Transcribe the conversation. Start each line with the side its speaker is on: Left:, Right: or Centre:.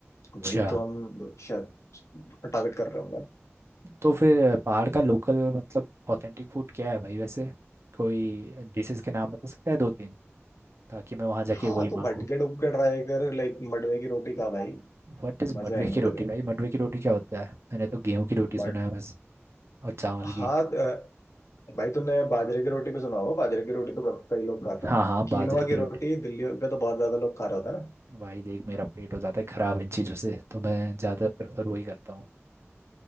Left: वही
Right: अच्छा
Left: तो हम शायद टारगेट कर रहे होंगे ना।
Right: तो फिर पहाड़ का लोकल मतलब ऑथेंटिक फूड क्या है भाई वैसे कोई डिशेस के नाम बता सकता है दो तीन ताकि मैं वहाँ जाके
Left: हाँ
Right: वही मांगू
Left: तो भटके डुबके ट्राई कर लाइक मडवे की रोटी खा भाई
Right: व्हाट इज
Left: मजा
Right: मडवे
Left: आएंगे
Right: की रोटी
Left: तुझे
Right: भाई मडवे की रोटी क्या होता है मैंने तो गेहूं की रोटी
Left: बट
Right: सुना है बस और चावल
Left: हाँ
Right: की
Left: अ, भाई तूने बाजरे की रोटी पे सुना होगा बाजरे की रोटी तो बहुत कई लोग खाते हैं
Right: हाँ हाँ बाजरे
Left: कीनवा
Right: की
Left: की रोटी
Right: रोटी
Left: दिल्ली पे तो बहुत ज्यादा लोग खा रहे होते हैं
Right: भाई देख मेरा पेट हो जाता है खराब इन चीज़ों से तो मैं ज़्यादा प्रेफर वही करता हूँ